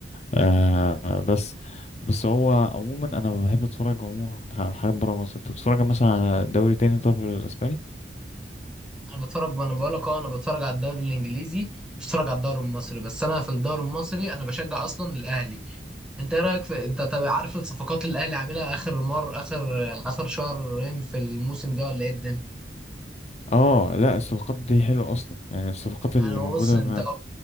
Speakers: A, on the left (about 40°); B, in the centre.
A: آه بس بس هو عموما انا بحب اتفرج عموما على حاجات بره مصر انت بتتفرج مثلا على دوري تاني طب غير الاسباني
B: انا بتفرج وانا بقول لك اه انا بتفرج على الدوري الانجليزي بتفرج على الدوري المصري بس انا في الدوري المصري انا بشجع اصلا الاهلي انت ايه رايك في انت طب عارف الصفقات اللي الاهلي عاملها اخر مر اخر اخر شهرين في الموسم ده ولا ايه الدنيا
A: اه لا الصفقات دي حلوه اصلا يعني الصفقات
B: يعني
A: اللي
B: هو
A: موجوده
B: بص انت
A: ما...